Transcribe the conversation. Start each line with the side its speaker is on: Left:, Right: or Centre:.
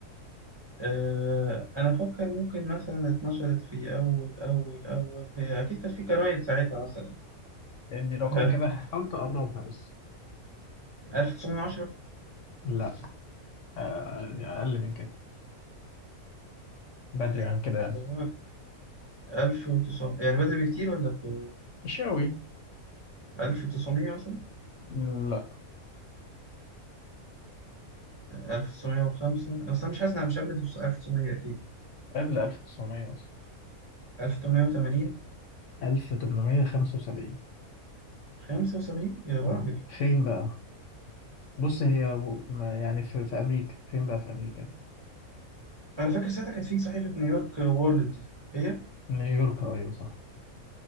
Right: آه انا افكر ممكن مثلا اتنشرت في اول اول اول هي اكيد كانت في جرايد ساعتها مثلا يعني
Left: ادي رقم
Right: <laughs> ف
Left: كده حاول تقربها بس
Right: 1910
Left: لا آه، أقل من كده بدري عن كده
Right: يا راجل 1900 يعني بدري بكتير ولا ب
Left: مش أوي
Right: 1900 مثلا
Left: لا
Right: 1905 أنا أصلا مش حاسس إنها مش قبل 1900 أكيد
Left: قبل 1900 أصلا
Right: 1880
Left: 1875
Right: 75 يا راجل
Left: اه فين بقى بص هي و- ما يعني في, في أمريكا فين بقى في أمريكا
Right: أنا فاكر ساعتها كانت في صحيفة نيويورك وورلد دي هي
Left: نيويورك أيوة صح